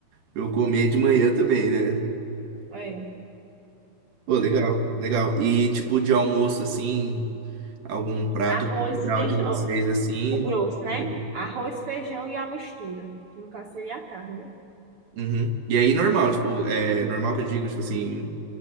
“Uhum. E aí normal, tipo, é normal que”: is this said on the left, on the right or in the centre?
Right